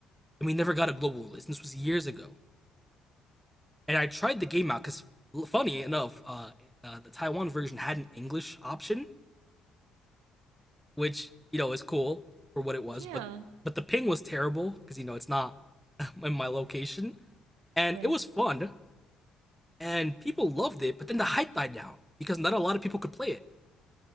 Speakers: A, in the centre; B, on the right (about 70°).
A: and we never got a global release. And this was years ago. And I tried the game out because, funny enough, uh, uh, the Taiwan version had an English option, which you know
B: Uh,
A: is cool for what it was,
B: yeah.
A: but but the ping was terrible because you know it's not <laughs> in my location, and
B: Right.
A: it was fun. and people loved it. But then the hype died down because not a lot of people could play it.